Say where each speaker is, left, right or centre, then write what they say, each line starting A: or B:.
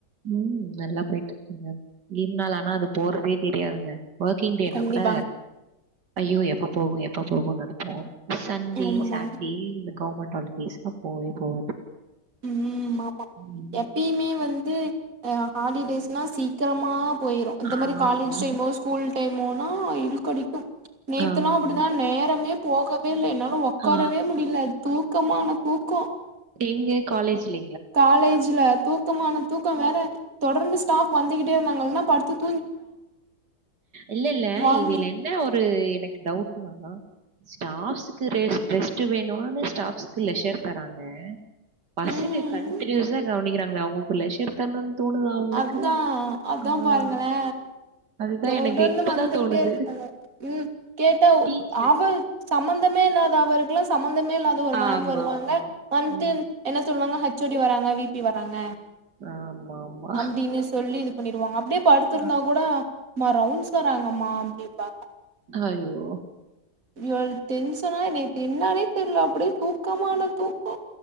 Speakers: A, on the right; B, on the right.
A: ம் நல்லா போய்ட்ருக்குங்க லீவ் நாள் ஆனா அது போறதே தெரியாதுங்க ஒக்கிங் டேனா
B: கண்டிப்பா
A: கூட ஐயோ எப்ப போகு எப்ப போகுனு இருக்கு சண்டே
B: ஆமா
A: சாட்டர்டே இந்த கெவர்மெண்ட் ஹாலிடேஸ்லா போவே போவாது
B: ம் ஆமா
A: ம்.
B: எப்பயுமே வந்து ஹாலிடேஸ்னா சீக்கிரமா போயிரு இந்த
A: ஆமா,
B: மாறி காலேஜ் டைம்மோ சு ஸ்கூல் டைம்னா இழக்கடிக்கும் நேத்தலா
A: ஆமா.
B: அப்டிதா நேரமே போகவேல்ல என்னால உக் உக்காரவே
A: ஆ
B: முடியல தூக்கமானா தூக்கோ
A: எங்க காலேஜ் <inaudible>
B: காலேஜ்ல தூக்கமான தூக்கோ வேற தொடர்ந்து ஸ்டாப் வந்துகிட்டேருந்தாங்க என்ன <inaudible>
A: இல்லல்ல
B: வந்
A: <inaudible> என்ன ஒரு எனக்கு டவுட்னா ஸடாப்ச்சுக்கு ரெஸ் ரெஸ்ட் வேணுனு ஸ்டாப்சு லெஷர் தராங்க பசங்க
B: ம்
A: கண்டினியூஸா கவனிக்கிறாங்ளே அவுங்களுக்கு லெஷர் தரனுனு தோணுதா அவங்களுக்கு?
B: அதா அதா பாருங்களே
A: ஆ. அதுதா
B: தொடர்ந்து
A: எனக்கு இப்பதா
B: வந்துகிட்டே
A: தோணுது
B: இருக்காங்க ம் கேட்டா
A: டீச்சர்
B: அவரு சம்பந்தமே இல்லாத அவர்குளா சம்பந்தமே இல்லாத ஒரு மேம்
A: ஆமா
B: வருவாங்க
A: ஆமா
B: வண்ட்டு
A: ம்
B: என்ன சொல்லுவாங்க ஹச் ஓ டி வராங்க வி பி வராங்க
A: ஆமா ஆமா
B: அப்டின்னு சொல்லி பண்ணிடுவாங்க அப்டியே படடுத்திருந்தா
A: ஆ
B: கூட மா ரவுண்ட்ஸ் வர்றாங்கம்மா அப்டிப்பாங்க
A: அய்யோ
B: இ எனக்கு டென்சன்னா நேத்து என்னானே தெரில அப்டியே தூக்கமான தூக்கோ